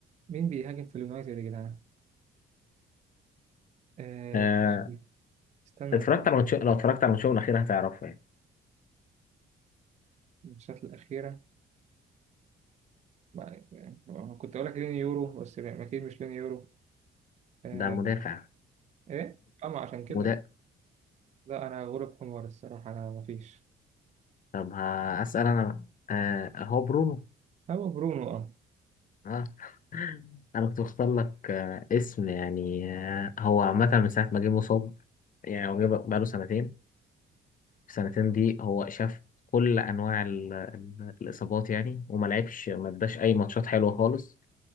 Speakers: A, on the right; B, on the left.
A: مين بيهاجم في اليونايتد يا جدعان آه
B: آه
A: ماشي استنى
B: اتفرجت
A: استنى
B: على ماتش لو اتفرجت على ماتشهم الأخير هتعرفه يعني
A: الماتشات الاخيره ما- يعني كنت اقول لك لين يورو بس لا، اكيد مش لين يورو آه
B: ده مدافع
A: ايه اما عشان كده
B: مدافع
A: لا انا غلب حمار الصراحه انا مفيش
B: طب هسأل أنا بقى. آه هو برونو
A: هو برونو اه
B: آه. <laughs> أنا كنت بختار لك آه اسم يعني آه هو عامة من ساعة ما جه مصاب يعني هو جه بقاله سنتين السنتين دي هو شاف كل أنواع ال- ال- الإصابات يعني وما لعبش ما اداش أي ماتشات حلوة خالص